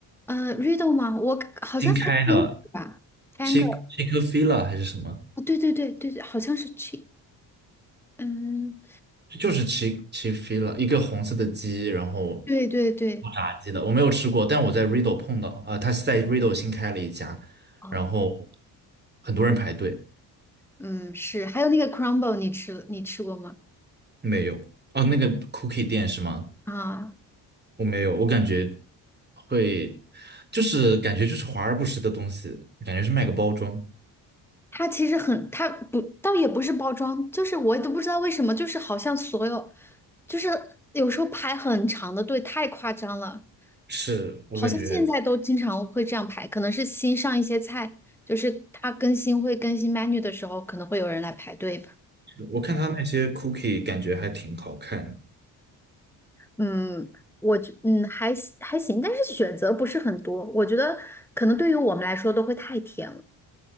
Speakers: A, in the centre; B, on the right.
A: 呃，Riddle 吗？我好像在听吧，Tanger，
B: 新开的？Chick Chick-fil-A 还是什么？
A: 哦，对对对对对，好像是 Chi，嗯。
B: 就是 Chick Chick-fil-A，一个红色的鸡，然后
A: 对对对，
B: 做炸鸡的。我没有吃过，但我在 r i d d l e 碰到，啊、它是在 r i d d l e 新开了一家，
A: 哦，
B: 然后很多人排队。
A: 嗯，是。还有那个 crumble，你吃你吃过吗？
B: 没有啊，那个 cookie 店是吗？
A: 啊，
B: 我没有，我感觉会，就是感觉就是华而不实的东西，感觉是卖个包装。
A: 它其实很，它不，倒也不是包装，就是我都不知道为什么，就是好像所有，就是有时候排很长的队，太夸张了。
B: 是我感觉，
A: 好像现在都经常会这样排，可能是新上一些菜，就是它更新会更新 menu 的时候，可能会有人来排队吧。
B: 我看他那些 cookie 感觉还挺好看
A: 嗯，我觉嗯还行还行，但是选择不是很多，我觉得可能对于我们来说都会太甜了。